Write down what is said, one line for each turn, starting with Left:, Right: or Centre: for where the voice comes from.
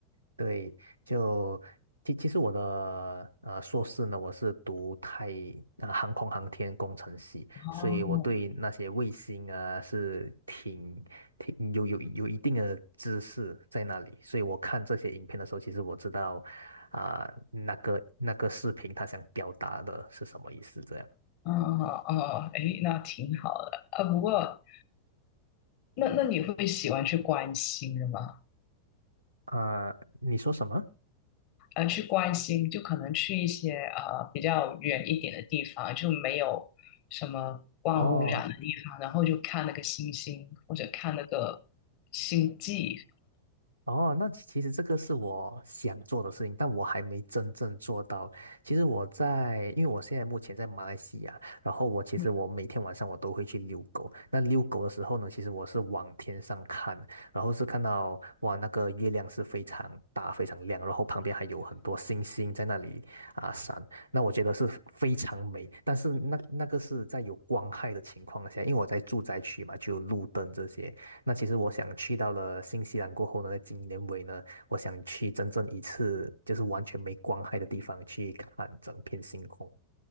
Right: 对，就其其实我的呃硕士呢，我是读太呃航空航天工程系，
Left: 哦，
Right: 所以我对那些卫星啊是挺挺有有有一定的知识在那里，所以我看这些影片的时候，其实我知道啊、那个那个视频它想表达的是什么意思，这样
Left: 哦哦，哎，那挺好的啊。不过，那那你会喜欢去关心的吗？
Right: 啊、你说什么？
Left: 呃，去关心就可能去一些呃比较远一点的地方，就没有什么光污染的地方，
Right: 哦。
Left: 然后就看那个星星或者看那个星际。
Right: 哦，那其其实这个是我想做的事情，但我还没真正做到。其实我在，因为我现在目前在马来西亚，然后我其实我每天晚上我都会去遛狗。
Left: 嗯
Right: 那遛狗的时候呢，其实我是往天上看，然后是看到哇，那个月亮是非常大、非常亮，然后旁边还有很多星星在那里啊闪。那我觉得是非常美，但是那那个是在有光害的情况下，因为我在住宅区嘛，就有路灯这些。那其实我想去到了新西兰过后呢，今年尾呢，我想去真正一次就是完全没光害的地方去看整片星空。